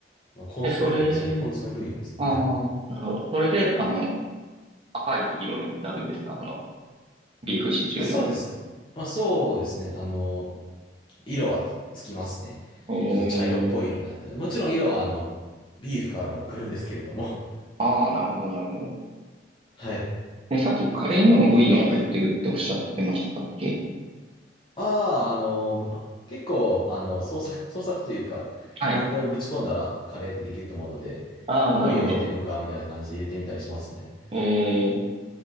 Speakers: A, on the left; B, on the right.
A: まあ、コンソメとも、
B: で、それ、
A: そう、コンソメブイヨンですね。
B: ああ、
A: はい。ま
B: なるほど。それで、あの、赤い色になるんですかあの、ビーフシチューの。
A: あ、そうです。まあ、そうですね。あの、色はつきますね。
B: ええ
A: ちょっと茶色っぽい色になって。もちろん色は、あの、ビーフからも来るんですけれども。
B: ああ、なるほど、なるほど。
A: <laughs> はい。
B: で、さっきカレーにもブイヨン入ってるっておっしゃってましたっけ
A: ああ、あの、ぼ結構、あの、創作、創作というか、
B: はい。
A: 何でもぶち込んだらカレーってできると思うので、
B: ああ、
A: まあブイヨン入れてみようか、
B: なるほど。
A: みたいな感じで入れてみたりしますね。
B: ええ、